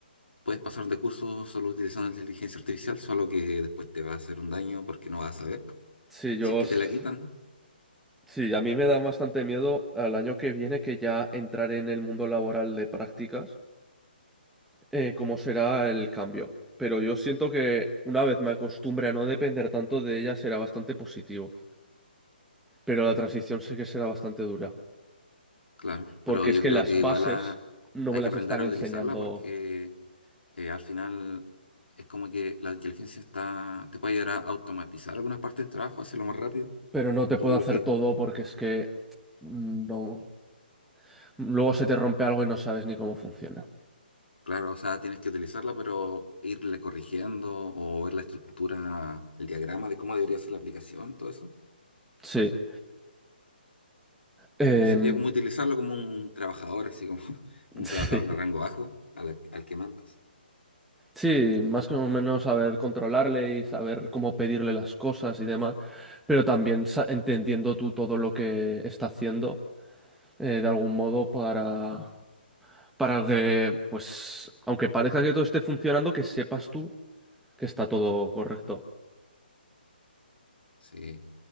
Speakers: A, on the left; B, in the centre.
A: Puedes pasar de curso solo utilizando inteligencia artificial, solo que después te va a hacer un daño porque no vas a saber.
B: Sí, yo,
A: Si es que
B: s-
A: te la quitan,
B: sí, a mí me da bastante miedo al año que viene que ya entrar en el mundo laboral de prácticas. eh, cómo será el cambio. Pero yo siento que una vez me acostumbre a no depender tanto de ella será bastante positivo. Pero la transición sí que será bastante dura.
A: claro.
B: Porque
A: Pero yo
B: es que
A: creo
B: las
A: que igual
B: bases
A: a-
B: no
A: hay
B: me las
A: que aprender
B: están
A: a
B: enseñando.
A: utilizarla porque eh, al final es como que la inteligencia está, te puede ayudar a automatizar algunas partes del trabajo, hacerlo más rápido.
B: Pero no te
A: Todo
B: puedo
A: lo
B: hacer
A: que,
B: todo porque es que mm, no. Luego se te rompe algo y no sabes ni cómo funciona.
A: claro, o sea, tienes que utilizarla, pero irle corrigiendo o ver la estructura, el diagrama de cómo debería ser la aplicación, todo eso.
B: Sí. Em,
A: Y sería como utilizarlo como un trabajador, así como <laughs>
B: <laughs>
A: un trabajador
B: sí.
A: de rango bajo al, al que mandas.
B: Sí, más o menos saber controlarle y saber cómo pedirle las cosas y demás, pero también sa- entendiendo tú todo lo que está haciendo eh, de algún modo para, para que, pues, aunque parezca que todo esté funcionando, que sepas tú que está todo correcto.
A: Sí.